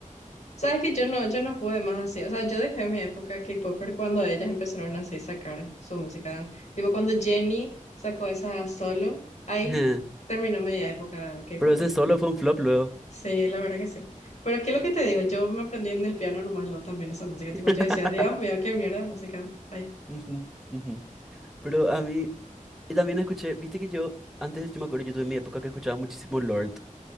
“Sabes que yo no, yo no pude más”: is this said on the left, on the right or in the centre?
Left